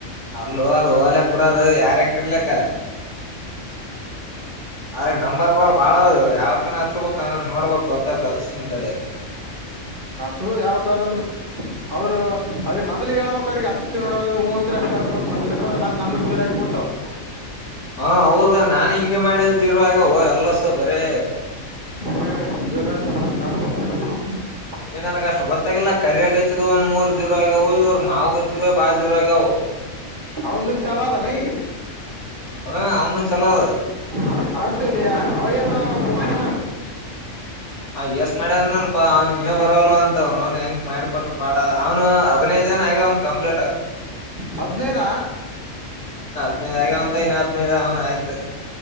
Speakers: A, on the left; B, on the right.
A: ಅಲ್ಲೋ ಅದು ಓಲೆ ಬಿಡದು ಯಾರ್ಯಕ ಇರ್ಲಿಕ್ಕ ಅವ್ರ್ಗೆ ನಂಬರ್ ಬಾಳ ಆದವು ಯಾಕನ ಹಚ್ಚೋಬೇಕು ನೋಡ್ಬೇಕು ಹಚ್ಚೇತೀನಿ ತಡಿ
B: ಹಚ್ಚಬೋದು ಯಾವಕಾದ್ರನು ಅವ್ರು ಅವ್ರಿಗೆ ಮೊದ್ಲಿಗೆ ಹೇಳ್ಬೇಕು ಹಚ್ಸ್ತ ನೋಡ ಹೂ ಅಂದ್ರೆ ಹಚ್ಬೇಕ್ ಮತ್ತ್ ಇಲ್ಲಪ್ಪ ಮತ್ತ್ ನಮ್ಮ್ ಜೋರಾಗಿಬಡ್ತಾವ <inaudible>
A: ಹಾ ಹೌದ ನಾನ್ ಹಿಂಗೆ ಮಾಡಿದ್ದಿರುವ <unintelligible> ಬರೀ
B: ಹ್ಮ್ <unintelligible>
A: ಏನ್ನಗ ಅಷ್ಟು ಗೊತ್ತಾಗಿಲ್ಲ ಕರಿಯಗಚ್ಚಿದ್ ಒಂದ್ ಮೂರ್ ಜೀರೋ ಆಗ ಇವ್ ಮಾವುಗಚ್ಚಿದ್ <unintelligible>
B: ಅವಂದನ್ ಚಲೋ ಅದಾನ ಈಗ
A: ಹಾ ಅವ್ನು ಚಲೋ ಅದ
B: <unintelligible>
A: ಹಾ ಯಸ್ ಮಾಡ್ಯ ನನ್ಪಾ ಅವ್ನಗನ ಬರಲ್ಲ ಅಂತವ್ನು <unintelligible> ಮಾಡ್ಕೊಟ್ರರು ಬಾಡ ಅವ್ನು ಹಾಗವ ಒಂದು ಕಂಪ್ಲೀಟ್
B: ಹದ್ನೈದ
A: ಹದಿನೈದು ಆಗ್ಯವಂತೆ ಇನ್ನ ಹದಿನೈದು ಅಗನ ಆಯ್ತು